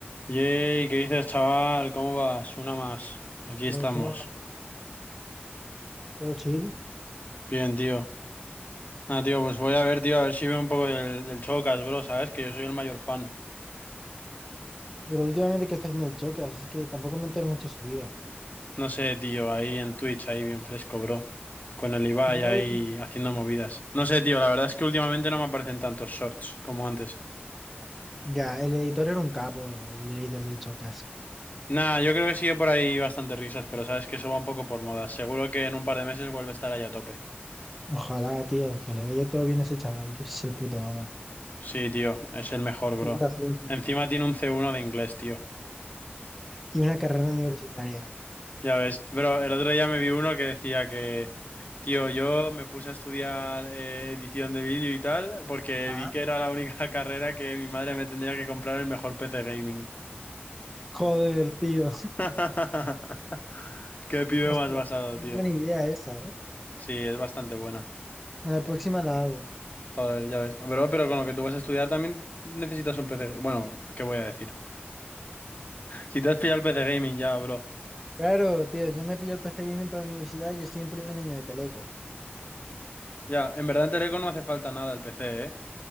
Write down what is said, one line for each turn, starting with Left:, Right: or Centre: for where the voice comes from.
Left: Yay, ¿qué dices, chaval? ¿Cómo vas? Una más. Aquí
Centre: Todo,
Left: estamos.
Centre: todo- todo chill.
Left: Bien, tío. Nada, tío, pues voy a ver, tío, a ver si veo un poco del, del Chocas, bro, ¿sabes? Que yo soy el mayor fan.
Centre: Pero últimamente, ¿qué está haciendo el Chocas? Es que tampoco me entero mucho de su vida.
Left: No sé, tío, ahí en Twitch, ahí bien fresco, bro. Con el Ibai
Centre: Yo
Left: ahí
Centre: lo último-
Left: haciendo movidas. No sé, tío, la verdad es que últimamente no me aparecen tantos shorts como antes.
Centre: Ya, el editor era un capo, el editor del Chocas.
Left: Nah, yo creo que sigue por ahí bastante risas, pero sabes que eso va un poco por moda. Seguro que en un par de meses vuelve a estar ahí a tope.
Centre: Ojalá, tío, que le vaya todo bien a ese chaval, que es el puto amo.
Left: Sí, tío, es el mejor, bro.
Centre: Qué gracioso.
Left: Encima tiene un C1 de inglés, tío.
Centre: Y una carrera universitaria.
Left: Ya ves, pero el otro día me vi uno que decía que, tío, yo me puse a estudiar eh, edición de vídeo y tal, porque
Centre: Ajá.
Left: vi que era la única <laughs> carrera que mi madre me tendría que comprar el mejor PC gaming.
Centre: Joder, tío.
Left: <laughs> Qué pibe
Centre: Hostia,
Left: más basado,
Centre: es
Left: tío.
Centre: buena idea esa, ¿eh?
Left: Sí, es bastante buena.
Centre: En la próxima la hago.
Left: Joder, ya ves. Pero, pero con lo que tú vas a estudiar también necesitas un PC. Bueno, ¿qué voy a decir? Si te has pillado el PC gaming ya, bro.
Centre: Claro, tío, yo me pillo el PC Gaming para la universidad y estoy en primer año de Teleco.
Left: Ya, en verdad en Teleco no hace falta nada el PC, ¿eh?